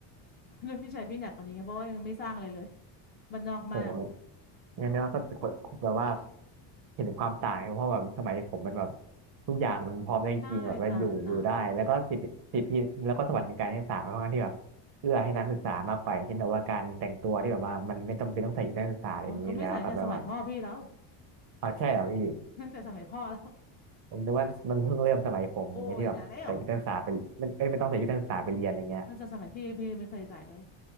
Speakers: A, on the left (about 25°); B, on the right (about 55°).
A: <laughs> รุ่นพี่ชายพี่หนักกว่านี้ไงเพราะว่ายังไม่สร้างอะไรเลย <laughs> บ้านนอกมาก
B: โหงั้นเราก็แบบว่าเห็นถึงความต่างครับเพราะแบบสมัยผมมันแบบทุกอย่างมันพร้อมได้จริงๆแบบว่าอยู่อยู่ได้แล้วก็สิทธิสิทธิแล้วก็สวัสดิการที่ศาลค่อนข้างที่แบบเอื้อให้นักศึกษามากกว่าอย่างเช่นแบบว่าการแต่งตัวที่แบบว่ามันไม่จำเป็นต้องใส่ชุดนักศึกษาอะไรอย่างนี้แล้วครับแบบว่า
A: ใช่ต่างต่างอ๋อก็ไม่ใส่ตั้งแต่สมัยพ่อพี่แล้ว
B: อ๋อใช่เหรอพี่
A: <laughs> ตั้งแต่สมัยพ่อแล้ว
B: ผมนึกว่ามันเพิ่งเริ่มสมัยผมอย่างเงี้ยที่แบบใส่ชุดนักศึกษาไปไม่เอ้ยไม่ต้องใส่ชุดนักศึกษาไปเรียนอะไรเงี้ย
A: โอ้ยนานแล้วตั้งแต่สมัยพี่พี่ไม่เคยใส่เลย